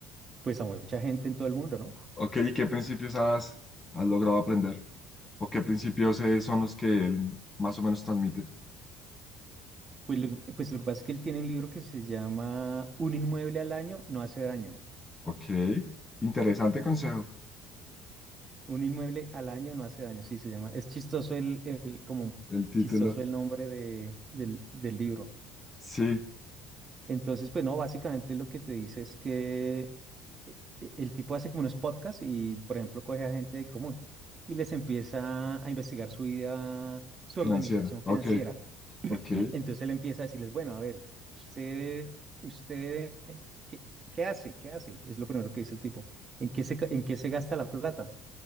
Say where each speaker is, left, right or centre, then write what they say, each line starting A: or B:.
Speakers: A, on the right (about 25°); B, on the left (about 15°).
A: pues a mucha gente en todo el mundo, ¿no?
B: ok, ¿y qué principios has, has logrado aprender? ¿O qué principios eh, son los que él más o menos transmite?
A: Pues lo, pues lo que pasa es que él tiene un libro que se llama Un inmueble al año no hace daño.
B: Ok, interesante consejo,
A: Un inmueble al año no hace daño, sí se llama. Es chistoso el, el- como
B: el título.
A: chistoso el nombre de, del, del libro.
B: Sí,
A: Entonces, pues no, básicamente lo que te dice es que e- e- el tipo hace como unos podcasts y, por ejemplo, coge a gente del común y les empieza a investigar su vida, su
B: financiera,
A: organización
B: ok,
A: financiera. <clears throat>
B: ok,
A: Entonces él empieza a decirles, bueno, a ver, usted, usted, ¿qué, qué hace? ¿Qué hace? Es lo primero que dice el tipo. ¿En qué se, ca- en qué se gasta la plata?